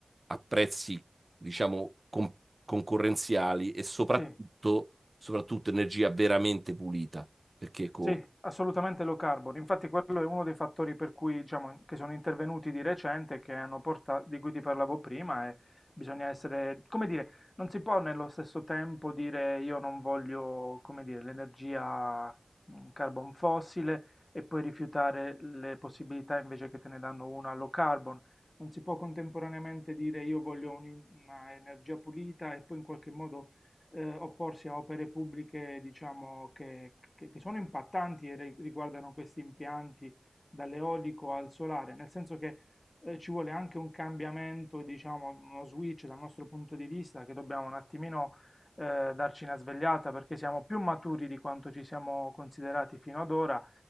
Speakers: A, on the right; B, on the left.
A: a prezzi, diciamo, con- concorrenziali e soprattutto,
B: sì.
A: soprattutto energia veramente pulita. Perché co-
B: Sì, assolutamente low carbon. Infatti quello è uno dei fattori per cui, diciamo, che sono intervenuti di recente, che hanno portato, di cui ti parlavo prima, e bisogna essere, come dire, non si può nello stesso tempo dire io non voglio, come dire, l'energia mm, carbon fossile e poi rifiutare le possibilità invece che te ne danno una low carbon. Non si può contemporaneamente dire io voglio un'energia pulita e poi in qualche modo eh, opporsi a opere pubbliche, diciamo, che, che- che sono impattanti e ri- riguardano questi impianti dall'eolico al solare, nel senso che eh, ci vuole anche un cambiamento, diciamo, uno switch dal nostro punto di vista, che dobbiamo un attimino eh, darci una svegliata perché siamo più maturi di quanto ci siamo considerati fino ad ora